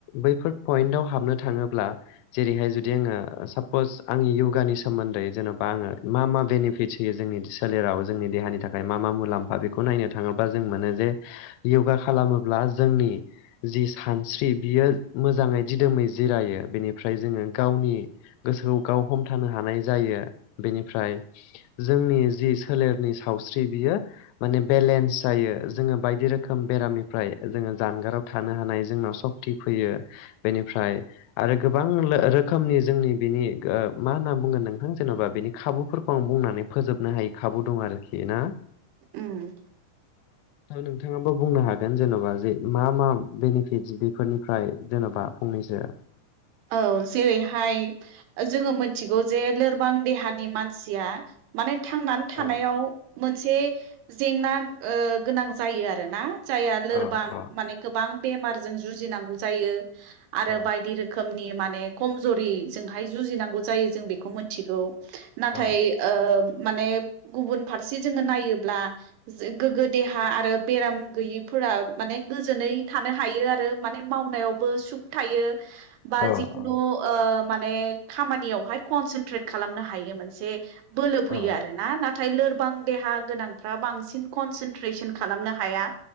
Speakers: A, on the left; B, on the right.
A: बैफोर पइन्टआव हाबनो थाङोब्ला जेरैहाय जुदि आङो सापस आंनि योगानि सोमोन्दै जेन'बा आङो मा मा बेनिफिट्स होयो जोंनि सोलेराव जोंनि देहानि थाखाय मा मा मुलाम्फा बेखौ नायनो थाङोबा जों मोनो जे योगा खालामोब्ला जोंनि जि सानस्रि बियो मोजाङै दिदोमै जिरायो बेनिफ्राय जोङो गावनि गोसोखौ गाव हमथानो हानाय जायो बेनिफ्राय जोंनि जि सोलेरनि साव स्रि बियो माने बेलेन्स जायो जोङो बायदि रोखोम बेरामनिफ्राय जोङो जानगाराव थानो हानाय जोंनाव सक्ति फैयो बेनिफ्राय आरो गोबां रोखोमनि जोंनि बेनि ओ मा होनना बुंगोन नोंथां जेन'बा बिनि खाबुफोरखौ आं बुंनानै फोजोबनो हायि खाबु दं आरोखि ना।
B: उम
A: नोंथाङाबो बुंनो हागोन जेन'बा जे मा मा बेनिफिट बेफोरनिफ्राय जेन'बा फंनैसो जो
B: औ जेरैहाय जोङो मोनथिगौ जे लोरबां देहानि मानसिया माने थांनानै थानायाव
A: औ
B: मोनसे जेंना ओ गोनां जायो आरोना जाया लोरबां
A: औ औ
B: माने गोबां बेमारजों जुजिनांगौ जायो आरो
A: औ
B: बायदि रोखोम नि माने कमजरिजोंहाय जुजिनांगौ जायो जों बेखौ मोनथिगौ नाथाय
A: औ
B: ओ माने गुबुन फारसे जोङो नायोब्ला जो गोग्गो देहा आरो बेराम गैयिफोरा माने गोजोनै थानो हायो आरो माने मावनायावबो सुख थायो। बा
A: औ
B: जिखुनु
A: औ
B: ओ माने खामानियावहाय कनसेनट्रेट खालामनो हायो मोनसे बोलो फैयो
A: औ
B: आरो ना ना थाय लोरबां देहा गोनांफ्रा बांसिन कनसेनट्रेसन खालामनो हाया।